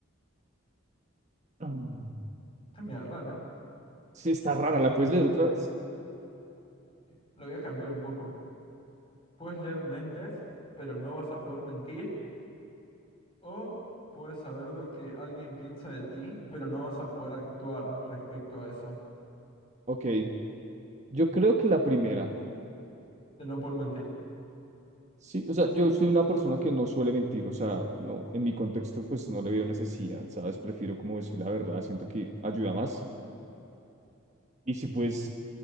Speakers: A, on the right; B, on the left.
A: Ah.
B: Está medio rara.
A: Sí, está rara, ¿la puedes leer otra vez?
B: eh, Lo voy a cambiar un poco. Puedes leer mentes, pero no vas a poder mentir, o puedes saber lo que alguien piensa de ti, pero no vas a poder actuar respecto a eso,
A: Ok, yo creo que la primera.
B: de no por mentir.
A: Sí, o sea, yo soy una persona que no suele mentir, o sea, no, en mi contexto pues no le veo necesidad, ¿sabes? Prefiero como decir la verdad, siento que ayuda más. Y si puedes